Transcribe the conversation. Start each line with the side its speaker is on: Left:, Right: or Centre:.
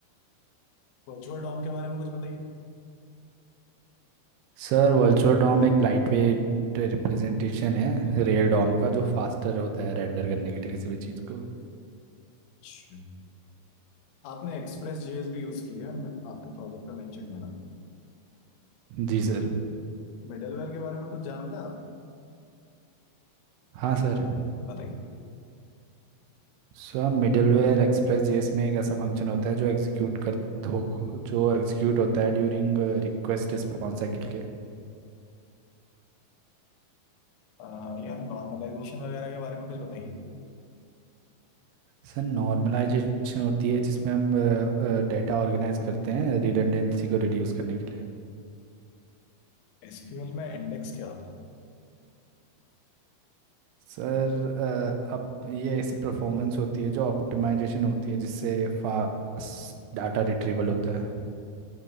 Left: वर्चुअल डॉम के बारे में कुछ बताइए
Right: सर वर्चुअल डॉम एक लाइटवेट रिप्रेजेंटेशन है रियल डॉम का जो फास्टर होता है रेंडर करने के लिए किसी भी चीज़ को
Left: अच्छा। आपने एक्सप्रेस जेएस भी यूज की है मैं- आपके प्रोजेक्ट पे मेंशन है ना
Right: जी सर
Left: मिडलवेयर के बारे में कुछ जानते हैं आप
Right: हाँ sir
Left: बताइए
Right: Sir middleware express JS में एक ऐसा फंक्शन होता है जो एग्जीक्यूट कर हो जो एग्जीक्यूट होता है ड्यूरिंग रिक्वेस्ट रिस्पॉन्स साइकिल के
Left: आ, यार नॉर्मलाइजेशन वगैरह के बारे में कुछ बताइए
Right: सर नॉर्मलाइजेशन होती है जिसमें हम डेटा ऑर्गेनाइज करते हैं रिडंडेंसी को रिड्यूस करने के लिए
Left: एसक्यूएल में इंडेक्स क्या होता है
Right: सर अ, अप ये ऐसी परफॉर्मेंस होती है जो ऑप्टिमाइजेशन होती है जिससे फास्ट डाटा रिट्रीवल होता है